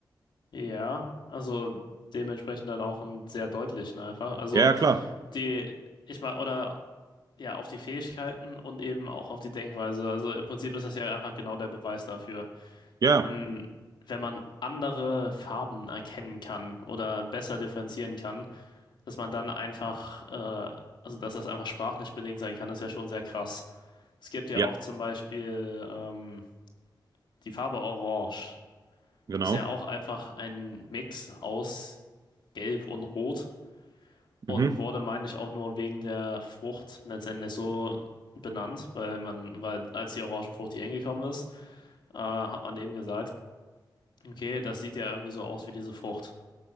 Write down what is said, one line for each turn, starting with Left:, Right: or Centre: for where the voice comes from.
Left: ja. Also dementsprechend dann auch einen sehr deutlichen einfach. Also
Right: Ja, ja, klar.
Left: die, ich meine, oder ja, auf die Fähigkeiten und eben auch auf die Denkweise. Also im Prinzip ist das ja einfach genau der Beweis dafür.
Right: Ja,
Left: Wenn, wenn man andere Farben erkennen kann oder besser differenzieren kann, dass man dann einfach, äh, also dass das einfach sprachlich bedingt sein kann, ist ja schon sehr krass. Es gibt ja
Right: ja,
Left: auch zum Beispiel ähm, die Farbe Orange.
Right: genau.
Left: Ist ja auch einfach ein Mix aus Gelb und Rot und
Right: Mhm.
Left: wurde, meine ich, auch nur wegen der Frucht letztendlich so benannt, weil man, weil als die Orangenfrucht hier hingekommen ist, äh, hat man eben gesagt, okay, das sieht ja irgendwie so aus wie diese Frucht.